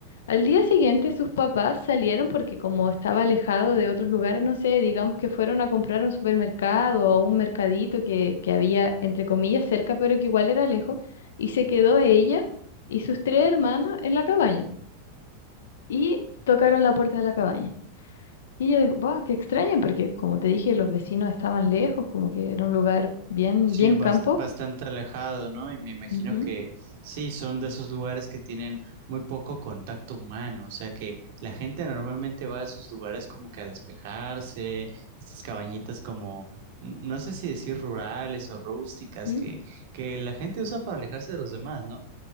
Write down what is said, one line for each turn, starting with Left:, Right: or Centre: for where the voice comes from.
Left: Al día siguiente sus papás salieron porque como estaba alejado de otros lugares, no sé, digamos que fueron a comprar a un supermercado o a un mercadito que, que había, entre comillas, cerca, pero que igual era lejos, y se quedó ella y sus tres hermanos en la cabaña. Y tocaron la puerta de la cabaña. Y yo dije, wow, qué extraño, porque como te dije, los vecinos estaban lejos, como que era un lugar bien,
Right: Sí,
Left: bien
Right: bast-
Left: campo.
Right: bastante alejado, ¿no? Y me imagino
Left: Ujú.
Right: que sí, son de esos lugares que tienen muy poco contacto humano, o sea que la gente normalmente va a esos lugares como que a despejarse, estas cabañitas como, n- no sé si decir rurales o rústicas,
Left: ¿Mm?
Right: que, que la gente usa para alejarse de los demás, ¿no?